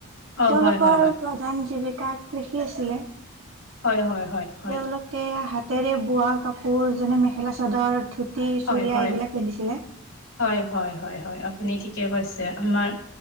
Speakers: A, on the left; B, on the right.
A: অ
B: তেওঁলোকৰ
A: হয় হয় হয়
B: প্ৰ প্ৰধান জীৱিকা কৃষি আছিলে।
A: হয়, হয়, হয়। হয়
B: তেওঁলোকে হাতেৰে বোৱা কাপোৰ, যেনে মেখেলা চাদৰ, ধুত ধুতি,
A: হয়
B: চুৰিয়া
A: হয়
B: এইবিলাক পিন্ধিছিলে।
A: হয়, হয়, হয়, হয়। আপুনি ঠিকে কৈছে। আমাৰ